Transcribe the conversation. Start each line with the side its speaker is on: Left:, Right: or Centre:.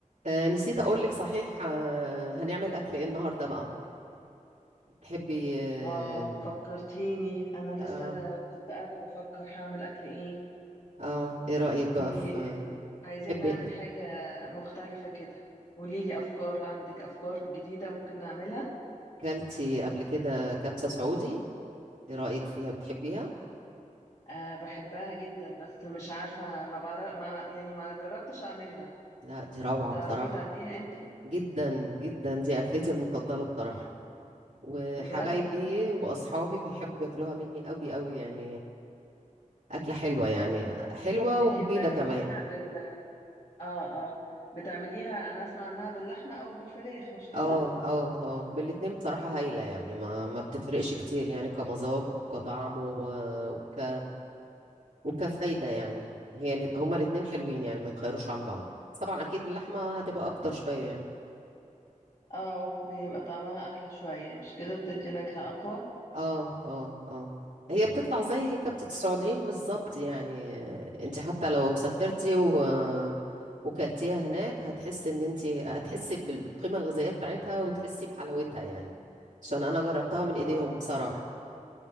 Right: آه نسيت أقولك صحيح آه هنعمل أكل إيه النهاردة بقى تحبي آه
Left: اه فكرتيني انا لسه
Right: آه
Left: كنت قاعده بفكر هعمل اكل ايه
Right: آه، إيه رأيك بقى
Left: ايه
Right: في
Left: عايزين
Right: تحبي
Left: نعمل حاجه مختلفه كده قوليلي افكار عندك افكار جديده ممكن نعملها
Right: كلتي قبل كده كبسة سعودي إيه رأيك فيها بتحبيها
Left: أه بحبها جدا بس مش عارفه ما بعرف ما يعني ما جربتش اعملها
Right: لا دي روعة
Left: تعرفي
Right: بصراحة
Left: تعمليها انتي
Right: جدا جدا دي أكلتي المفضلة بصراحة وحبايبي
Left: بجد
Right: وأصحابي بيحبوا ياكلوها مني أوي أوي يعني أكلة حلوة يعني حلوة
Left: طب انتي
Right: ومفيدة
Left: بتعمليها
Right: كمان
Left: بال اه اه بتعمليها انا اسمع انها باللحمه او بالفراخ مش كده
Right: اه اه اه بالاتنين بصراحة هايلة يعني ما ما بتفرقش كتير يعني كمذاق وكطعم و- وك وكفايدة يعني هي الات- هما الاتنين حلوين يعني ما يتخيروش عن بعض بس طبعا اكيد اللحمة هتبقى اكتر شوية يعني
Left: اه بيبقى طعمها احلى شويه مش كده بتدي نكهه اقوى
Right: اه اه اه هي بتطلع زي كبتة السعوديين بالظبط يعني انت حتى لو سافرتي و وكلتيها هناك هتحسي ان انت هتحسي بال- بالقيمة الغذائية بتاعتها وتحسي بحلاوتها يعني عشان انا جربتها من
Left: اه
Right: ايديهم بصراحة